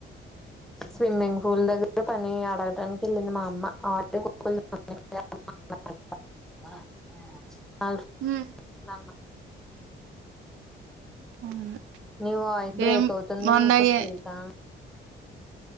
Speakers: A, in the centre; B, on the right.
A: స్విమ్మింగ్ పూల్ దగ్గర పని అడగటానికి వెళ్ళింది మా అమ్మ ఆ <unintelligible> ఆల్
B: మ్
A: నన్నే
B: అవును
A: నీ వాయిస్ బ్రేక్
B: ఏం
A: అవుతుంది
B: మొన్న
A: నీకోటి
B: ఏ
A: తెలుసా